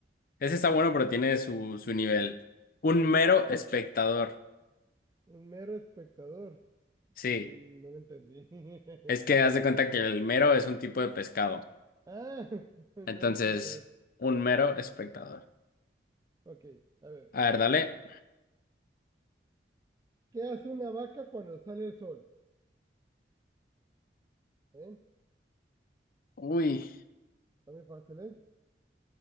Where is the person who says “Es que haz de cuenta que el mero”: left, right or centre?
Left